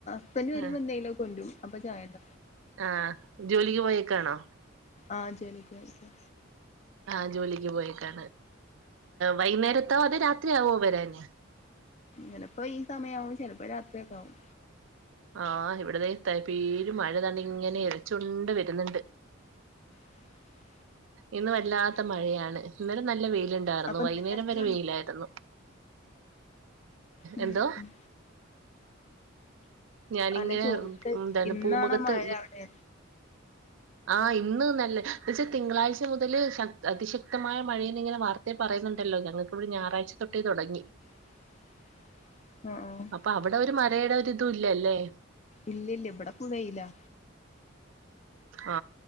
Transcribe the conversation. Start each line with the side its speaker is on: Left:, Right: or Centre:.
Left: പ്പന്ന് വരുമ്പന്തേലൊക്ക
Right: ആഹ്
Left: കൊണ്ടും അപ്പൊ ചായണ്ട
Right: ആഹ് ജോലിക്ക് പോയേക്കാണോ
Left: ആ ശരി ശരി
Right: ആ ജോലിക്ക് പോയേക്കാണ് വൈകുന്നേരത്തോ അതെ രാത്രിയാവോ വരാന്
Left: ചെലപ്പോ ഈ സമയാവും ചെലപ്പോ രാത്രിയൊക്കാവും
Right: ആ ഇവിട ദേ ത പെരു മഴ ദാണ്ടിങ്ങനെ എരച്ചൊണ്ട് വരുന്നുണ്ട്
Left: <inaudible>
Right: ഇന്ന് വല്ലാത്ത മഴയാണ് ഇന്നലെ നല്ല വെയി വെയിലുണ്ടാർന്നു
Left: അപ്പൊ
Right: വൈയ്ന്നേരം
Left: ഇന്നലെന്തോണ്ട്?
Right: വരെ വെയിലാരുന്നു
Left: ഉം
Right: എന്തോ
Left: ഉം
Right: ഞാനിങ്ങനെ
Left: അല്ല ചോദിക്ക
Right: ന്താണ്
Left: ഇന്നാണോ
Right: പൂമുഖത്ത്
Left: മഴ അവിടെ
Right: ആ ഇന്ന് നല്ല ന്നെച്ചാ തിങ്കളാഴ്ച മുതല് ശക്ത അതിശക്തമായ മഴയെന്നിങ്ങനെ വാർത്തേ പ പറയുന്നുണ്ടല്ലൊ ഞങ്ങക്കിവിടെ ഞാറാഴ്ച തൊട്ടേ തൊടങ്ങി
Left: <inaudible> ആഹ് ആഹ്
Right: അപ്പൊ അവിടെ ഒരു മരയുടെ ഒരിതും ഇല്ലല്ലേ
Left: ഇല്ലില്ല ഇവിടെപ്പ വെയിലാ
Right: ആ